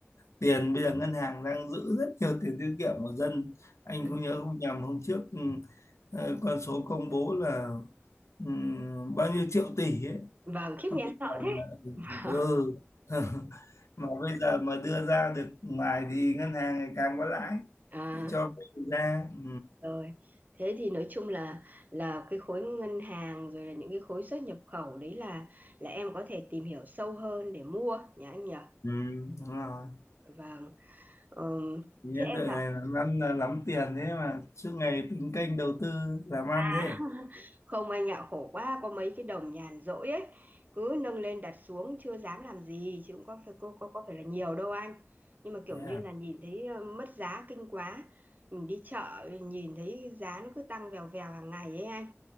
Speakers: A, on the left (about 90°); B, on the right (about 40°).
A: tiền bây giờ ngân hàng đang giữ rất nhiều tiền tiết kiệm của dân anh
B: Ừ,
A: không nhớ không nhầm hôm trước ừ, ờ, con số công bố là ừ, bao nhiêu triệu tỷ ấy
B: Vâng, khiếp
A: mà
B: nghe
A: bây
B: sợ
A: giờ
B: thế.
A: là,
B: <laughs> Vâng.
A: ừ <laughs> mà bây giờ mà đưa ra được ngoài thì ngân hàng ngày càng có lãi
B: À,
A: thì cho vay ra ừ.
B: rồi. Thế thì nói chung là là cái khối ngân hàng rồi là những cái khối xuất nhập khẩu đấy là là em có thể tìm hiểu sâu hơn để mua nhá anh nhỉ?
A: Ừ, đúng rồi
B: Vâng. Ừm,
A: Nghĩa
B: thế em
A: tự làm
B: bảo
A: ăn là lắm tiền thế mà suốt ngày tính kênh đầu tư làm ăn
B: <laughs>
A: thế.
B: Không anh ạ, khổ quá, có mấy cái đồng nhàn rỗi ấy, cứ nâng lên đặt xuống chưa dám làm gì chứ cũng có phải có có, có phải là nhiều đâu anh. Nhưng mà kiểu
A: Yeah.
B: như là nhìn thấy ờ, mất giá kinh quá. Mình đi chợ nhìn thấy giá nó cứ tăng vèo vèo hàng ngày ấy anh.